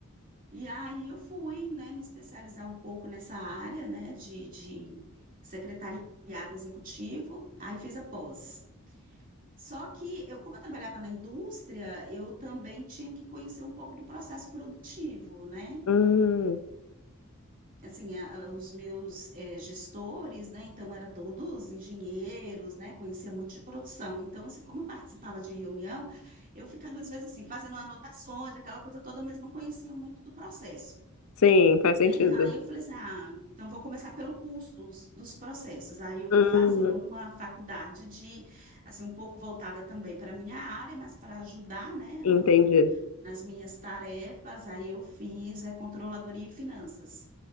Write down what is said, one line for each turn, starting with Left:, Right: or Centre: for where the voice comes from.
Right: E aí eu fui, né, me especializar um pouco nessa área, né, de, de secretariado executivo, aí fiz a pós. Só que eu, como eu trabalhava na indústria, eu também tinha que conhecer um pouco do processo produtivo, né?
Left: Hum,
Right: assim, a- a- os meus eh, gestores, né, então era todos engenheiros, né, conhecia muito de produção, então assim, como eu participava de reunião, eu ficava às vezes assim, fazendo anotações, aquela coisa toda, mas não conhecia muito do processo,
Left: sim, faz
Right: né,
Left: sentido.
Right: aí eu falei assim, ah, então vou começar pelo custo dos, dos processos, aí eu
Left: Hum,
Right: fui fazer uma faculdade de, assim, um pouco voltada também para a minha área, mas para ajudar, né,
Left: entendi.
Right: na- na- nas minhas tarefas, aí eu fiz é, controladoria e finanças